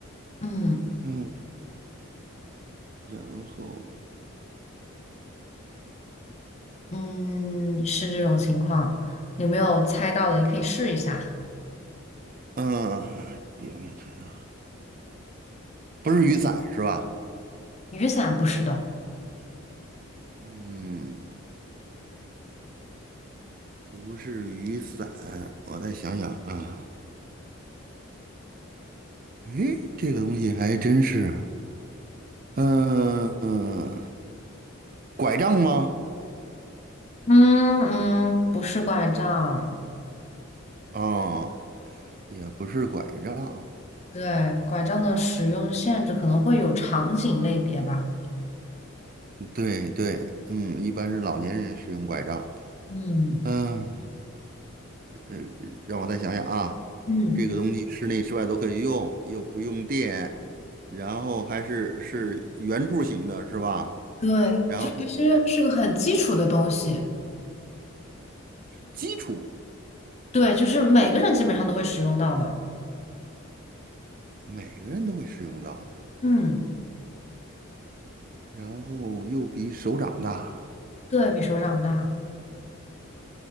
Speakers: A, on the left; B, on the right.
A: 嗯。
B: 嗯。然后，
A: 嗯，是这种情况，有没有猜到的？你可以试一下。
B: 嗯，有没有看到？不是雨伞是吧？
A: 雨伞不是的，
B: 嗯，不是雨伞，我再想想啊。诶，这个东西还真是，嗯、嗯，拐杖吗？
A: 嗯嗯，不是拐杖。
B: 哦，也不是拐杖，
A: 对，拐杖的使用限制可能会有场景类别吧。
B: 对对，嗯，一般是老年人使用拐杖。
A: 嗯
B: 嗯、呃，让我再想想啊，
A: 嗯，
B: 这个东西室内室外都可以用，又不用电，然后还是是圆柱形的，是吧？
A: 对，
B: 然后
A: 就其实是个很基础的东西。
B: 基础
A: 对，就是每个人基本上都会使用到的。
B: 每个人都会使用到的，
A: 嗯，
B: 然后又比手掌大，
A: 对，比手掌大。